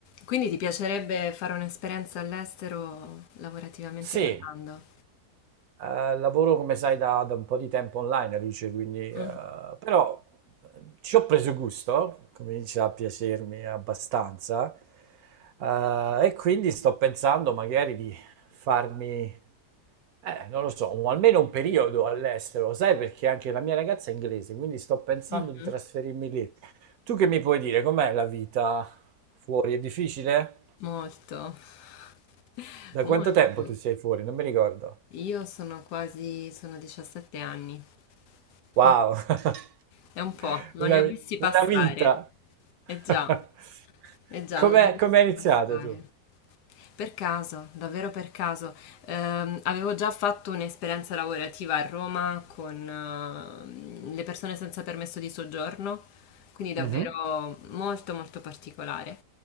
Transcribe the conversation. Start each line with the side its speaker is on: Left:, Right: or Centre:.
Left: Quindi ti piacerebbe fare un'esperienza all'estero lavorativamente
Right: Sì,
Left: parlando?
Right: eh, lavoro come sai da, da un po' di tempo online, Alice, quindi
Left: Mh,
Right: eh, però eh, ci ho preso gusto, comincia a piacermi abbastanza eh, e quindi sto pensando magari di farmi, eh, non lo so, un- almeno un periodo all'estero, sai perché anche la mia ragazza è inglese, quindi sto pensando
Left: mh-mh.
Right: di trasferirmi lì. Tu che mi puoi dire, com'è la vita fuori? È difficile?
Left: Molto, <laughs>
Right: Da
Left: molto.
Right: quanto tempo tu sei fuori? Non mi ricordo.
Left: Io sono quasi sono 17 anni.
Right: Wow,
Left: Mh,
Right: <laughs>
Left: è un po', non
Right: una,
Left: li ho
Right: vi-
Left: visti passare.
Right: una vita.
Left: Eh
Right: <laughs>
Left: già, eh già,
Right: Com'è,
Left: non li ho visti
Right: com'è iniziato
Left: passare.
Right: tu?
Left: Per caso, davvero per caso. Ehm, avevo già fatto un'esperienza lavorativa a Roma con ehm, le persone senza permesso di soggiorno, quindi davvero
Right: Mhm.
Left: molto molto particolare.